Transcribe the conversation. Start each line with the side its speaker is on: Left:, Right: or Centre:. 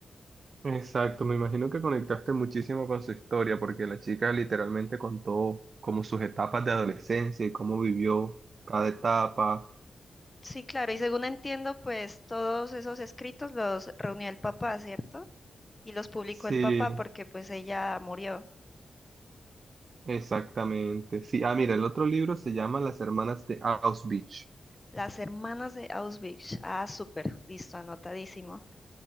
Right: Exacto, me imagino que conectaste muchísimo con su historia, porque la chica literalmente contó como sus etapas de adolescencia y cómo vivió cada etapa.
Left: Sí, claro, y según entiendo, pues todos esos escritos los reunió el papá, ¿cierto? Y los publicó
Right: Sí,
Left: el papá porque pues ella murió.
Right: Exactamente. Sí, ah, mira, el otro libro se llama Las hermanas de Auschwitz.
Left: Las hermanas de Auschwitz. Ah, súper, listo, anotadísimo.